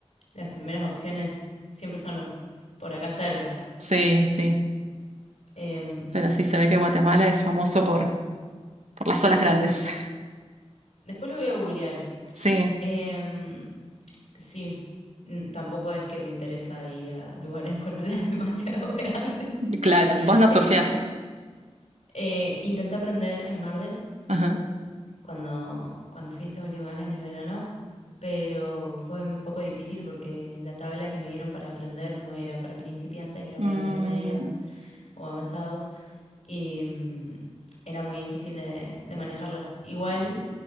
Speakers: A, on the left; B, on the right.
A: las primeras opciones siempre son o- por acá cerca.
B: Sí, sí.
A: Em,
B: Pero sí se ve que Guatemala es famoso por, por las olas grandes. <laughs>
A: después lo voy a googlear.
B: Sí,
A: Em, sí, n- tampoco es que me interesa ir a lugares con olas <laughs> demasiado grandes,
B: claro.
A: <laughs>
B: Vos no surfeás.
A: porque Eh, intenté aprender en Mar del
B: Ajá.
A: cuando, cuando fui esta última vez en el verano, pero fue un poco difícil porque la tabla que me dieron para aprender no era para principiantes, era
B: Mm,
A: para intermedios o avanzados y mm, era muy difícil de, de manejarlas. Igual